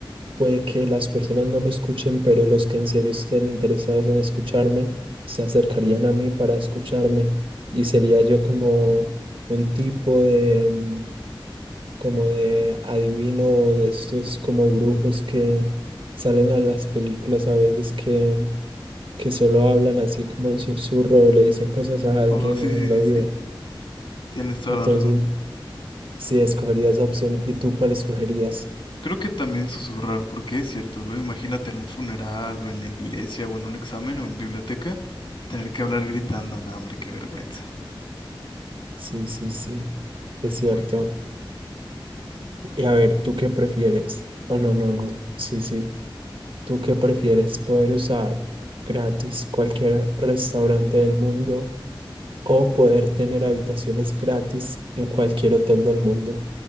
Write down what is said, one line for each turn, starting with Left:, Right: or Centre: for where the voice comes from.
Right: puede que las personas no me escuchen, pero los que en serio estén interesados en escucharme se acercarían a mí para escucharme y sería yo como un tipo de, mm, como de adivino o de estos como brujos que salen a las películas a veces que que solo hablan así como en susurro o le dicen cosas a alguien
Left: Oh, sí,
Right: en
Left: sí,
Right: el oído.
Left: sí, sí. Tienes toda
Right: Entonces,
Left: la razón.
Right: sí, escogería esa opción. ¿Y tú cuál escogerías?
Left: Creo que también susurrar, porque es cierto, luego imagínate en un funeral o en la iglesia o en un examen o en biblioteca, tener que hablar gritando, no, hombre, qué vergüenza.
Right: Sí, sí, sí, es cierto.
Left: Muy bien.
Right: Y a ver, ¿tú qué prefieres? Oh, no, no, no, sí, sí. ¿Tú qué prefieres? ¿Poder usar gratis cualquier restaurante del mundo o poder tener habitaciones gratis en cualquier hotel del mundo?